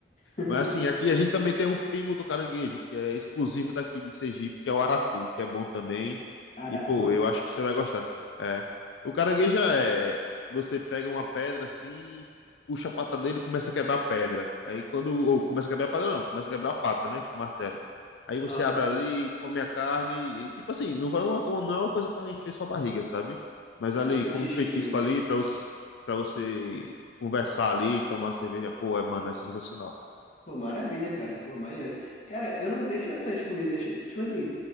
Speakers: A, on the left; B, on the left.
A: <laughs>
B: mas assim, aqui a gente também tem o primo do caranguejo, que é exclusivo daqui de Sergipe, que é o Aratu, que é bom também.
A: Aratu?
B: E, pô, eu acho que você vai gostar. É. O caranguejo é. Você pega uma pedra assim, puxa a pata dele e começa a quebrar a pedra. Aí quando. Ou começa a quebrar a pedra, não, começa a quebrar a pata, né? Com o martelo. Aí você
A: Aham.
B: abre ali, come a carne, e tipo assim, não vai uma, uma- não é uma coisa para encher sua barriga, sabe? Mas
A: É
B: ali,
A: um petisquinho
B: como um petisco
A: ali.
B: ali, para você, para você conversar ali, tomar cerveja, pô, é, mano, é sensacional.
A: Pô, maravilha, cara. Pô, maneiro. Cara, eu não vejo essas comidas. Tipo assim,